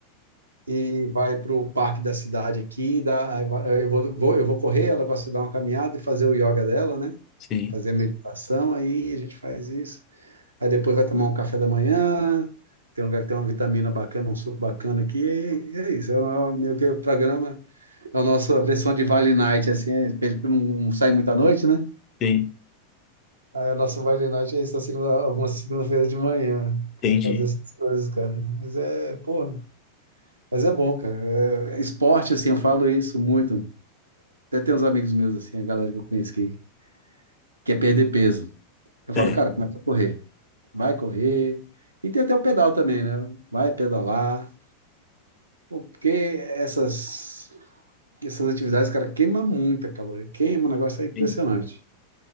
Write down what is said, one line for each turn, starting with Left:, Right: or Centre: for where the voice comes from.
Right: e vai para o parque da cidade aqui, dá, aí vai- eu vou, vou- eu vou correr, ela gosta de dar uma caminhada e fazer o yoga dela, né?
Left: sim,
Right: Fazer a meditação, aí a gente faz isso. Aí depois vai tomar um café da manhã, tem um lugar que tem uma vitamina bacana, um suco bacana aqui, e é isso, é o no- meio que o programa, é a nossa versão de Vale Night, assim, é, porque não, não sai muita noite, né?
Left: sim,
Right: Aí a nossa Vale Night é isso, na segunda, alguma segunda-feira de manhã, que
Left: entendi.
Right: vai fazer essas coisas, cara. Mas é, pô, Mas é bom, cara. É- esporte, assim, eu falo isso muito. Até tem uns amigos meus, assim, a galera que eu conheço que quer perder peso. Eu falo,
Left: É,
Right: cara, começa a correr. Vai correr. E tem até o pedal também, né? Vai pedalar. Pô, Porque essas, essas atividades, cara, queima muita caloria. Queima, o negócio é impressionante.
Left: sim.